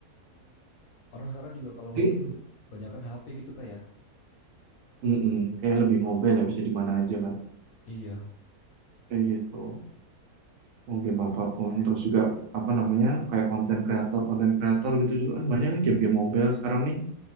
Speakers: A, on the left; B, on the right.
A: orang sekarang juga kalau
B: Jadi,
A: ngegame banyakkan HP gitu kak ya?
B: mm-mm, kayak lebih mobile ya bisa di mana aja kan.
A: iya
B: Kayak gitu. Mau game apapun terus juga apa namanya kayak konten kreator konten kreator gitu juga kan banyak nih game-game mobile sekarang nih